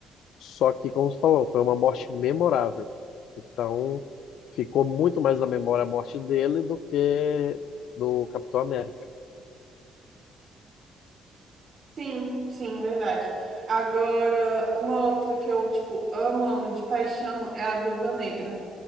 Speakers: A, on the left; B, on the right.
A: só que, como você falou, foi uma morte memorável. Então ficou muito mais na memória a morte dele do que do Capitão América.
B: Sim, sim, verdade. Agora, uma outra que eu, tipo, amo, amo de paixão é a Viúva Negra.